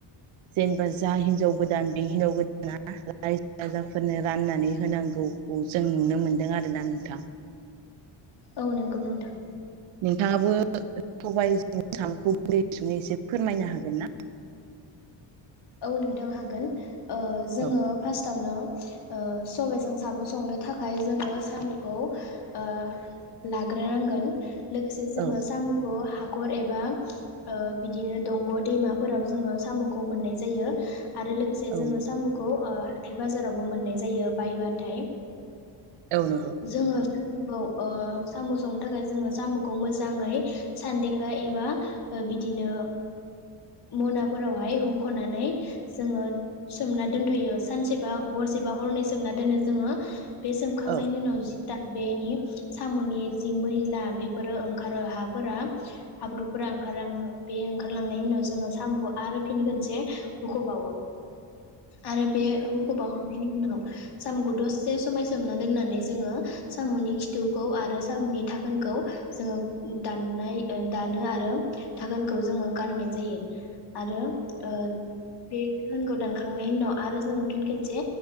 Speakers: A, on the right; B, on the left.
A: जेनेबा जा हिनजाव गोदान बे हिनजाव गोदाना रायजो राजाफोरनो राननानै होनांगौ खौ जों नुनो मोनदों आरोोना नोंथां।
B: औ नंगौ नोंथां।
A: नोंथाङाबो सबायाइ सामखौ बुरै सुङै एसे फोरमायनो हागोन ना?
B: औ नोंथां हागोन। जोङो
A: औ
B: फार्स्टआवनो औ सबायजों साम' संनो थाखाय जोङो साम'खौ ओ लाग्रोनांगोन लोगोसे जोङो
A: औ
B: साम'खौ हाखर एबा ओ बिदिनो दंग' दैमा फोराव जोङो साम'खौ मोननाय जायो आरो लोगोसे
A: औ
B: जोङो साम'खौ ओ हाथाइ बाजारावबो मोननाय जायो बायबाथाय
A: औ नंगौ।
B: जोङो साम'खौ साम' संनो थाखाय जोङो साम'खौ मोजाङै सानदेंगा एबा बिदिनो मोनाफोरावहाय होुख'नानै जोङो सोमना दोनथ'यो सानसेबा हरसेबा हरनै सोमना दोनो जोङो बे सोम थांनायनि
A: औ
B: उनाव जि दा बेनि साम'नि जि मैला बेफोरो ओंखारो हाफोरा हाब्रुफोरा ओंखारलाङो बे ओंखारलांनायनि उनाव जोङो साम'खौ आरो फिनि खनसे हुख'बावो
A: <inaudible>
B: आरो बे हुखबावखांनायनि उनाव साम'खौ दसेसे समाय सोमना दोननानै नानै जोङो साम'नि खिथौखौ आरो साम'नि थाखोनखौ जोङो दाननाय दानो आरो थाखोनखौ जोङो गारनाय जायो। आरो ओ बे दाहानखौ दानखांनायनि उनाव आरो जों फिन खनसे